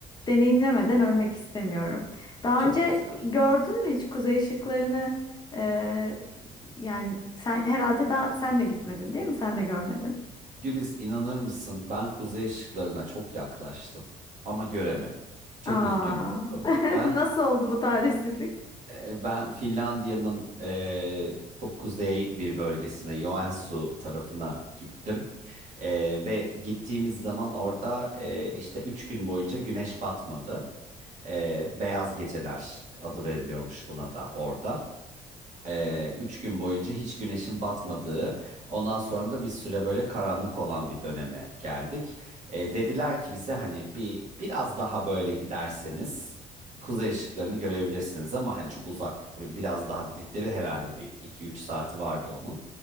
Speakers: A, on the left; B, on the right.
A: deneyimlemeden ölmek istemiyorum. Daha
B: çok
A: önce
B: güzel.
A: gördün mü hiç kuzey ışıklarını? E, yani sen herhalde daha sen de gitmedin değil mi? Sen de görmedin.
B: Güliz inanır mısın? Ben kuzey ışıklarına çok yaklaştım ama göremedim. Çok
A: Aa,
B: üzgünüm bu konuyla.
A: <laughs>
B: Ben
A: nasıl oldu bu talihsizlik?
B: e, ben Finlandiya'nın e, çok kuzey bir bölgesine, Joensuu tarafına gittim. E, ve gittiğimiz zaman orada e, işte üç gün boyunca güneş batmadı. Ee, Beyaz Geceler adı veriliyormuş buna da orada. Ee, üç gün boyunca hiç güneşin batmadığı, ondan sonra da bir süre böyle karanlık olan bir döneme geldik. Ee, dediler ki bize hani bir biraz daha böyle giderseniz kuzey ışıklarını görebilirsiniz ama hani çok uzak biraz daha dedikleri herhalde bir iki üç saati vardı onun.